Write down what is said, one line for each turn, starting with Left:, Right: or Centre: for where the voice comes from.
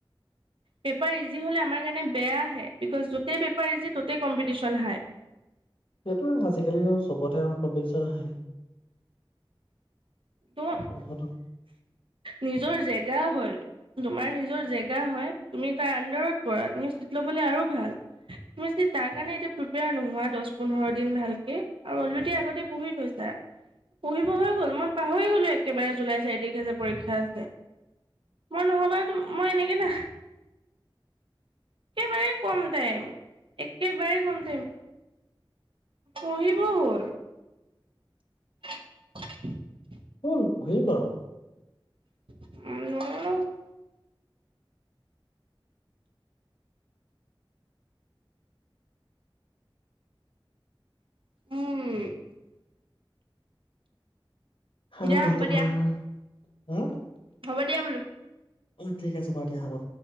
Right: পেপাৰ ইজি হ'লে আমাৰ কাৰণে বেয়া হে বিকজ য'তেই পেপাৰ ইজি ত'তেই কম্পিটিচন হায়।
Left: সেইটোৱে ভাল চেকেলিনত চবতে আৰু শোভেছাৰ হাঁহে।
Right: তোৰ
Left: উম,
Right: নিজৰ যে। বেয়া হয়লট তোমাৰ নিজৰ জেগা হয় তুমি তাৰ আনডাৰত পৰা তুমি চিট ল'বলৈ আৰু ভাল তুমি যি তাৰ কাৰণে এতিয়া প্ৰিপেয়াৰ নোহোৱা দহ পোন্ধৰ দিন ভালকে আৰু অলৰেডি আগতে পঢ়ি থৈছা পঢ়িব হৈ গ'ল মই পাহৰি গলি একেবাৰে জুলাই চাৰি তাৰিখে যে পৰীক্ষা আছে। মই নহ'বা তোম মই এনেকে না একেবাৰে কম টাইম, একেবাৰেই কম টাইম। পঢ়িব হ'ল <inaudible>
Left: হল পঢ়িম আৰু
Right: উম উম
Left: আৰু
Right: দিয়া
Left: কোৱা
Right: হ'ব
Left: তোমাৰ
Right: দিয়া
Left: হা
Right: হ'ব দিয়া বোলো
Left: অ ঠিক আছে বাৰু দিয়া হ'ব